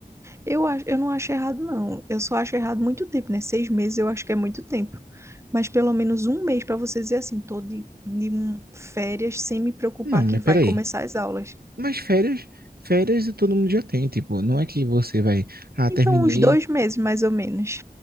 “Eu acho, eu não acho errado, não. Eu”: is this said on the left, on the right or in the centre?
Right